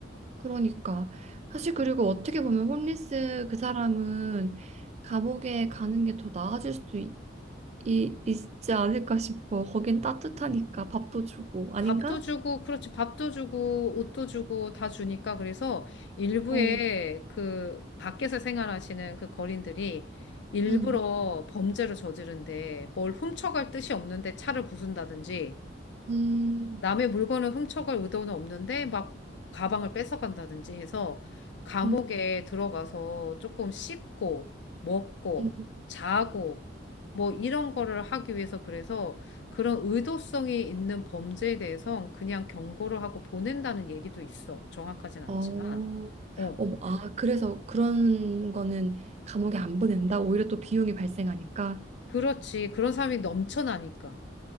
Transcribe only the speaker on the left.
밥도 주고, 그렇지, 밥도 주고, 옷도 주고, 다 주니까, 그래서 일부의
그 밖에서 생활하시는 그 거린들이 일부러
범죄를 저지른데 뭘 훔쳐갈 뜻이 없는데 차를 부순다든지
남의 물건을 훔쳐갈 의도는 없는데 막 가방을 뺏어간다든지 해서 감옥에
들어가서 조금 씻고 먹고
자고 뭐 이런 거를 하기 위해서 그래서 그런 의도성이 있는 범죄에 대해서 그냥 경고를 하고 보낸다는 얘기도 있어. 정확하진 않지만.
어,
그렇지. 그런 사람이 넘쳐나니까.